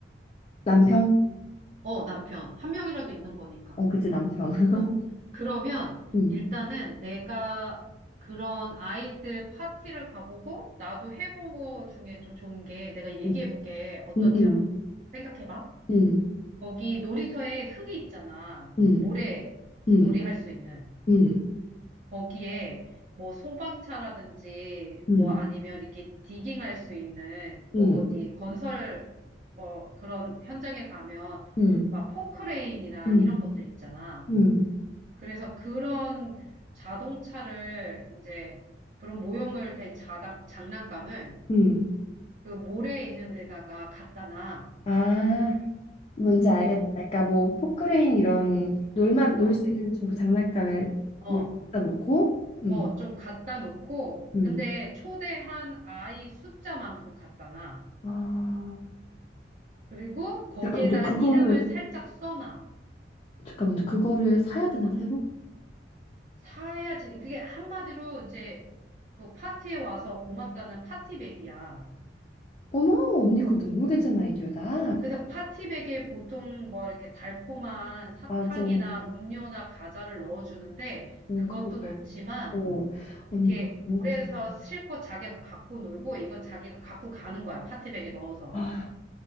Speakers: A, on the left; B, on the right.
A: 남편?
B: 어, 남편. 한 명이라도 있는 거니까.
A: 어, 그치 남편. <laughs>
B: 어. 그러면
A: 응.
B: 일단은 내가 그런 아이들 파티를 가보고 나도 해본 거 중에 좀 좋은 게 내가 얘기해볼게.
A: 응.
B: 어떤지
A: 응.
B: 한번 생각해봐.
A: 응.
B: 거기 놀이터에 흙이 있잖아.
A: 응.
B: 모래
A: 응.
B: 놀이 할 수 있는.
A: 응.
B: 거기에 뭐 소방차라든지
A: 응.
B: 뭐 아니면 이렇게 디깅할 수 있는 뭐
A: 응.
B: 어디 건설 뭐 그런 현장에 가면
A: 응. 응.
B: 막 포크레인이나
A: 응.
B: 이런 것들 있잖아.
A: 응.
B: 그래서 그런 자동차를 이제 그런 모형을 된 자당, 장난감을
A: 응.
B: 그 모래에 있는 데다가 갖다 놔.
A: 아, 뭔지 알겠다.
B: 어,
A: 그러니까 뭐 포크레인
B: 어,
A: 이런 놀만 놀
B: 어,
A: 수 있는 좀 그 장난감을
B: 어,
A: 뭐 놓고 음.
B: 어, 좀 갖다 놓고
A: 음.
B: 근데 초대한 아이 숫자만큼 갖다 놔.
A: 아.
B: 그리고 거기에다가
A: 잠깐만, 근데 그거를
B: 이름을 살짝 써놔.
A: 잠깐만, 근데 그거를 사야 되나 새로?
B: 사야지. 그게 한마디로 이제 그 파티에 와서 고맙다는 파티백이야.
A: 어머, 언니 그거 너무 괜찮은 아이디어다.
B: 어, 그래서 파티백에 보통 뭐 이렇게 달콤한 사탕이나
A: 맞아. 어,
B: 음료나 과자를 넣어주는데 그것도
A: 그거 말고.
B: 넣지만
A: 어, 언니
B: 이렇게
A: 그거 너무
B: 몰에서
A: 괜찮다.
B: 실컷 자기가 갖고 놀고 이건 자기가 갖고 가는 거야. 파티백에 넣어서.
A: 아,